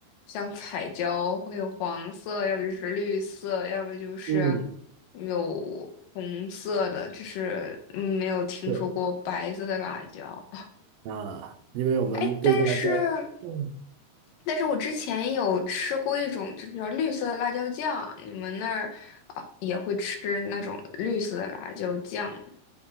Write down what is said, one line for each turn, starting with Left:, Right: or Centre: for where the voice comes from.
Left: 像彩椒会有黄色，要不就是绿色，要不就是
Right: 嗯。
Left: 有红色的，就是嗯没有听说过白色的辣椒。
Right: 对。啊，因为我们对辣椒，
Left: 哎，但是
Right: 嗯，
Left: 但是我之前有吃过一种就是叫绿色的辣椒酱，你们那儿啊也会吃那种绿色的辣椒酱吗